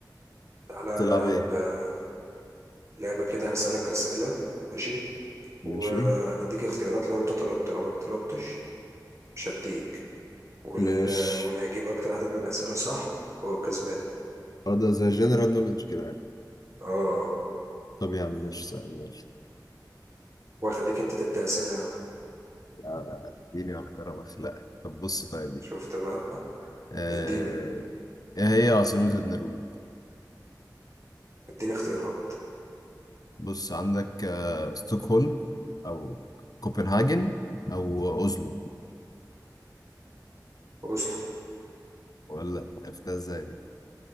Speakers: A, on the right; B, on the left.
A: تعالى
B: تلعب
A: نلعب
B: ايه؟
A: آه، لعبة كده هسألك أسئلة ماشي
B: ماشي
A: وهديك اختيارات لو انت طلبت لو ما طلبتش مش هديك وال...
B: مش
A: واللي هيجيب أكتر عدد من الأسئلة صح هو الكسبان
B: اه ده زي جنرال نولج كده يعني
A: اه
B: طب يا عم مش سهل ماشي
A: وهخليك انت تبدأ أسئلة يا عم
B: يعني اديني على كرم اخلاقك طب بص طيب دي
A: شفت بقى
B: آه...
A: اديني
B: ايه هي عاصمة النرويج؟
A: اديني اختيارات
B: بص عندك آه... ستوكهولم او كوبنهاجن او اوزلو
A: أصل
B: ولا عرفتها ازاي دي؟